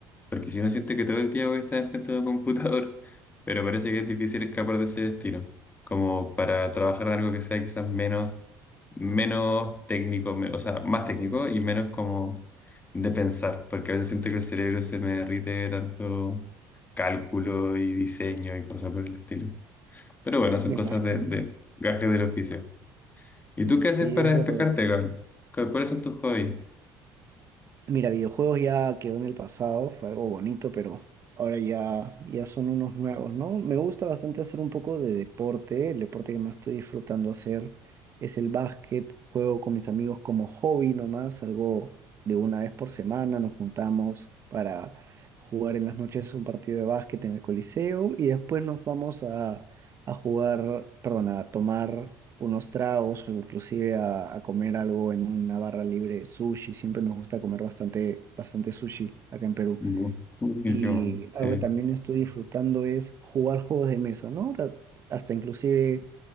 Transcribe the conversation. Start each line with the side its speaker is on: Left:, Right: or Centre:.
Left: Porque si no siento que todo el día voy a estar frente a un computador, <laughs> pero parece que es difícil escapar de ese destino. Como para trabajar en algo que sea quizás menos, menos técnico, me- o sea, más técnico y menos como de pensar. Porque a veces siento que el cerebro se me derrite de tanto cálculo y diseño y cosas por el estilo. Pero bueno, son
Right: me
Left: cosas
Right: imagino.
Left: de, de gajes del oficio. ¿Y tú qué
Right: Sí,
Left: haces para
Right: es
Left: despejarte,
Right: verdad.
Left: Gabriel? ¿Cu- ¿Cuáles son tus hobbies?
Right: Mira, videojuegos ya quedó en el pasado, fue algo bonito, pero ahora ya, ya son unos nuevos, ¿no? Me gusta bastante hacer un poco de deporte. El deporte que más estoy disfrutando hacer es el básquet. Juego con mis amigos como hobby nomás, algo de una vez por semana. Nos juntamos para jugar en las noches un partido de básquet en el Coliseo y después nos vamos a a jugar, perdón, a tomar unos tragos o inclusive a, a comer algo en una barra libre, sushi. Siempre nos gusta comer bastante, bastante sushi acá en Perú.
Left: Bu- Buenísimo,
Right: Y
Left: sí.
Right: algo que también estoy disfrutando es jugar juegos de mesa, ¿no? Ahora, hasta inclusive